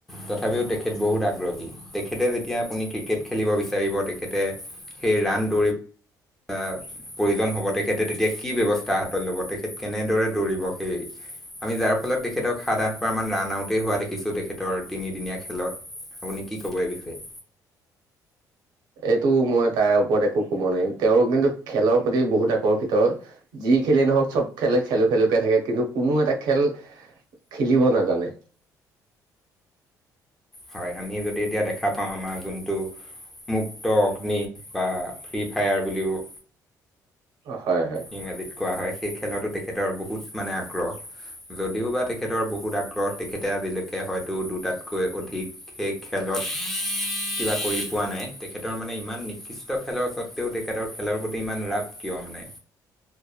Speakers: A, in the centre; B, on the right (about 80°).
A: তথাপিও তেখেত বহুত আগ়ত। তেখেতে যেতিয়া আপুনি ক্ৰিকেট খেলিব বিচাৰিব তেখেতে সেই ৰাণ দৌৰি প্ৰয়োজন হ'ব তেখেতে তেতিয়া কি ব্যৱস্থা হাতত ল'ব তেখেত কেনেদৰে দৌৰিব সেই। আমি যাৰ ফলত তেখেতক সাত আঠমাৰ মান ৰান আউটেই হোৱা দেখিছো তেখেতৰ তিনিদিনীয়া খেলত- <unintelligible> আপুনি কি ক'ব এই বিষয়ে?
B: এইটো মই তাৰ ওপৰত একো কব নোৱাৰিম তেওঁ কিন্তু খেলৰ প্ৰতি বহুত আকৰ্ষিত। যি খেলি নহওক চব খেল খেলো খেলোকে থাকে কিন্তু কোনো এটা খেল খেলিব নাজানে।
A: হয়। আমি যদি এতিয়া দেখা পাওঁ আমাৰ যোনটো মুক্ত অগ্নি বা ফ্ৰী ফায়াৰ বুলিও
B: হয় - হয়।
A: ইংৰাজীত কোৱা হয়, সেই খেলতো তেখেতৰ বহুত মানে আগ্ৰহ। যদিওবা তেখেতৰ বহুত আগ্ৰহ, তেখেতে আজিলৈকে হয়তো দুটাতকৈ অ ধিক সেই খেলত কিবা কৰি পোৱা নাই। তেখেতৰ মানে ইমান কৃষ্ট খেলৰ স্বত্বেও তেখেতৰ খেলৰ প্ৰতি ইমান ৰাপ কিয় মানে?